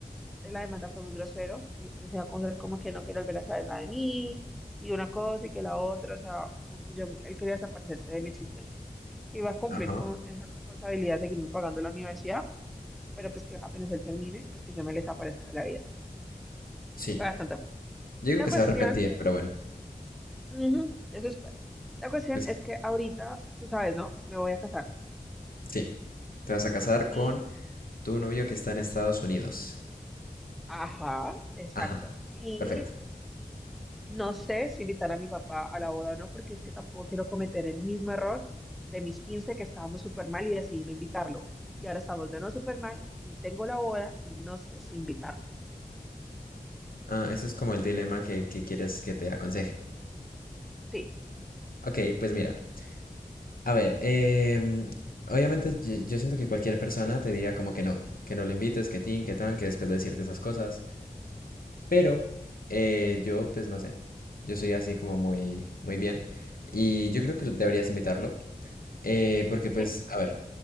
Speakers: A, in the centre; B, on the left.
A: de la demanda fue muy grosero. Decía cosas como que no quiero volver a saber nada de mí. Y una cosa y que la otra. O sea, como que yo, él quería desaparecerse de mi existencia. iba a cumplir
B: Ajá.
A: con esa responsabilidad de seguirme pagando la universidad. Pero pues que apenas él termine, pues que yo me les aparezca de la vida.
B: Sí,
A: Fue bastante fuerte.
B: yo digo
A: La
B: que
A: cuestión
B: se va a arrepentir, pero
A: es
B: bueno.
A: Ujú, eso espero. La cuestión
B: pues
A: es que ahorita, tú sabes, ¿no? Me voy a casar.
B: sí, te vas a casar
A: Y,
B: con tu novio que está en Estados Unidos.
A: ajá, exacto.
B: Ajá,
A: Y
B: perfecto.
A: no sé si invitar a mi papá a la boda o no, porque es que tampoco quiero cometer el mismo error de mis quince que estábamos súper mal y decidí no invitarlo. Y ahora estamos de no súper mal y tengo la boda y no sé si invitarlo.
B: Ah, ese es como el dilema que, que quieres que te aconseje.
A: Sí.
B: Ok, pues mira, a ver, em, obviamente yo, yo siento que cualquier persona te diría como que no, que no le invites, que tin, que tan, que después de decirte esas cosas. Pero eh, yo, pues no sé, yo soy así como muy, muy bien y yo creo que
A: Ujú,
B: deberías invitarlo eh, porque pues,
A: Sí.
B: a ver,